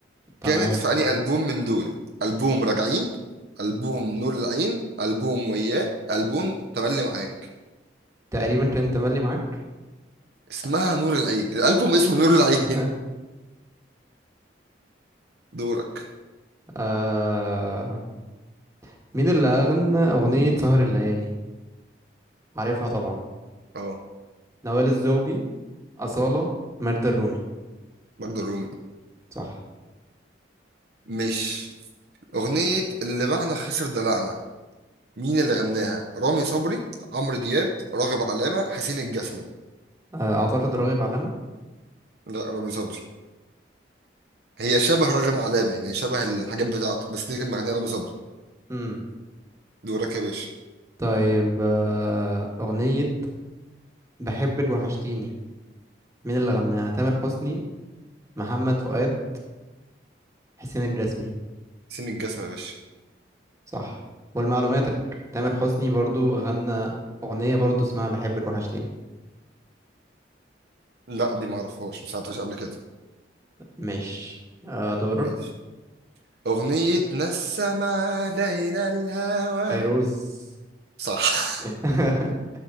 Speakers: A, on the right; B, on the right.
A: تمام
B: كانت في أنهي ألبوم من دول ألبوم راجعين ألبوم نور العين ألبوم وياه ألبوم تملي معاك
A: تقريبا كان تملي معاك
B: اسمها نور العين الألبوم اسمه نور العين
A: <laughs>
B: <laughs> دورك
A: آه... مين اللي أغنى أغنية سهر الليالي عارفها طبعا
B: اه
A: نوال الزغبي أصالة ميرد الرومي
B: مجد الرومي
A: صح
B: مش أغنية اللي باعنا خسر دلعنا مين اللي غناها رامي صبري عمرو دياب راغب علامة حسين الجسمي
A: آه، أعتقد راغب علامة
B: لا رامي صبري هي شبه راغب علامة يعني شبه الحاجات بتاعته بس دي كان مغنيها رامي صبري
A: امم
B: دورك يا باشا
A: طيب آه، أغنية بحبك وحشتيني مين اللي غناها تامر حسني محمد فؤاد حسين الجسمي
B: حسين الجسمي يا باشا
A: صح ولمعلوماتك تامر حسني برضو غنى أغنية برضو اسمها بحبك وحشتيني
B: لا دي ما اعرفهاش ما سمعتهاش قبل كده
A: ماشي آه، دورك
B: ماشي اغنية نسم علينا الهوى
A: فيروز
B: صح
A: <laughs>